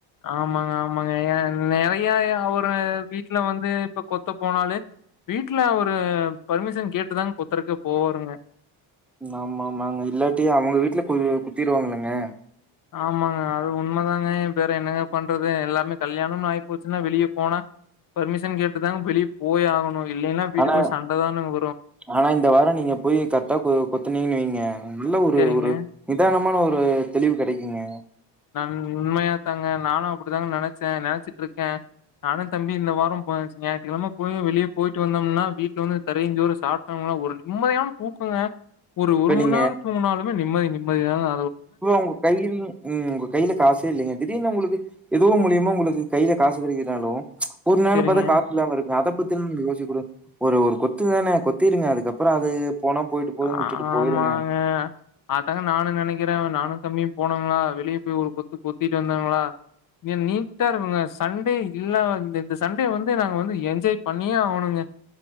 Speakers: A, on the left (about 45°); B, in the centre.
A: ஆமாங்க ஆமாங்க எ நெறைய ஒரு வீட்டுல வந்து இப்ப கொத்த போனாலே வீட்டு்ல ஒரு பர்மிஷன் கேட்டுதாங்க கொத்தருக்கே போவாருங்க
B: ஆமா ஆமாங்க இல்லாட்டி அவங்க வீட்டுல கு குத்திருவாங்கங்க
A: ஆமாங்க அது உண்மதாங்க வேற என்னங்க பண்றது எல்லாமே கல்யாணம்னு ஆகி போச்சுன்னா வெளிய போனா பர்மிஷன் கேட்டுதாங்க வெளிய போய்யாகணு இல்லைன்னா வீட்டுக்குள்ள
B: ஆனா
A: சண்டைதானுங்க
B: ஆனா இந்த வார நீங்க போய் கத்தா கொ கொத்துனீங்கனுவைங்க நல்ல ஒரு
A: சரிங்க.
B: ஒரு நிதானமான ஒரு ஒரு தெளிவு கெடைக்குங்க
A: நான் உண்மையதாங்க நானு அப்டித்தாங்க நெனைச்சே நெனைச்சிட்டு இருக்கே நானு தம்பியு இந்த வாரம்போயாச் ஞாயித்துகிழம போய் வெளியே போயிட்டு வந்தோம்னா வீட்டுல வந்து திரையு சோறு சாப்டோனா ஒரு நிம்மதியான தூக்குங்க ஒரு
B: இப்ப நீங்க
A: மணி நெரோ தூங்காலுமே நிம்மதி நிம்மதிய தா
B: ப்ரோ ஓங்க கையிந் உம் கையில காசே இல்லைங்க திடீர்னுா உங்களுக்கு ஏதோ மூலியமா உங்களுக்கு கையில காசு கெடைக்கிதுனாலு ஒரு நேரோ
A: சரிங்க
B: பாத்தா காசு இல்லாம இருக்கு அதை பத்தி யோசிக்க கூடாது ஒரு ஒரு கொத்து தானே கொத்திருங்க அதுக்கப்புறோ அது போனா போயிட்டு போதுன்னு
A: ஆ
B: உட்டுட்டு போயிருங்க
A: ஆமாங்க அதாங்க நானு நெனைக்கிறே நானு தம்பியு போனாங்களா வெளியே போய் ஒரு கொத்து கொத்திட்டு வந்தாங்களா நீ நீட்டா இருக்குங்க சண்டே இல்லாத இந்த சண்டே வந்து நாங்க வந்து என்ஜாய் பண்ணியே ஆகணுங்க